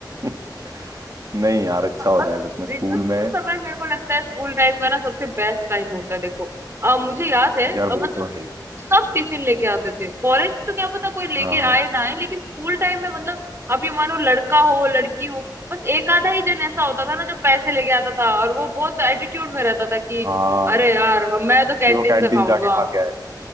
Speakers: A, on the right; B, on the right.
A: <laughs> नहीं यार अच्छा होता
B: और क्रिसमस
A: है सच में स्कूल में
B: का समय मेरे को लगता है स्कूल टाइम का ना सबसे बेस्ट टाइम होता है देखो अ, मुझे याद है अ,
A: यार
B: मतलब
A: वो तो है ही।
B: सब टिफिन लेके आते थे कॉलेज तो क्या पता कोई लेके
A: हाँ हाँ
B: आए ना आए लेकिन स्कूल टाइम में मतलब आप ये मानो लड़का हो लड़की हो बस एक आधा ही जन ऐसा होता था ना जो पैसे लेके आता था और वो बहुत एटीट्यूड में रहता था कि
A: हाँ
B: अरे यार हम- मैं तो कैंटीन
A: कि वो कैंटीन
B: से खाऊंगा
A: जाके खा के आएगा